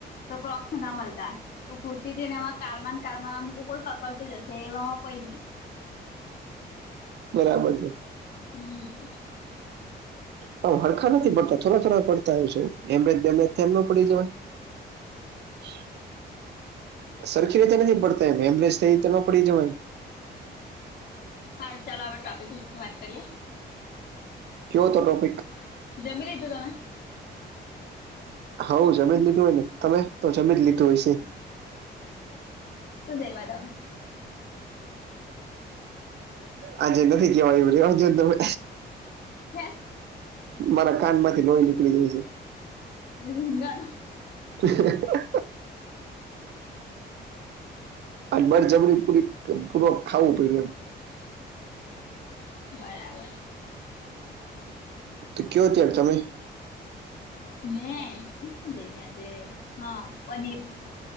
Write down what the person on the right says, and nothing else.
બરાબર છે.
હાવ હરખા નથી પડતા થોડા થોડા પડતાય હશે હેમરેજ બેમરેજ થાય એમ નો પડી જવાય હ સરખી રીતે નથી પડતા હેમરેજ થઈ ઈ રીતે નોપડી જવાય
કયો તો ટોપિક
હૌ, જમી જ લીધું હોય ને! તમે તો જમી જ લીધું હશે.
આજે નથી કેવાય એવું રેવાદયો ને તમે.
મારા કાન માંથી લોહી નીકળી જાય છે.
<unintelligible> આજ બળ જબરી પુરીક પૂરવક ખાવું પડયુ એમ.
તો કેયો ત્યારે તમે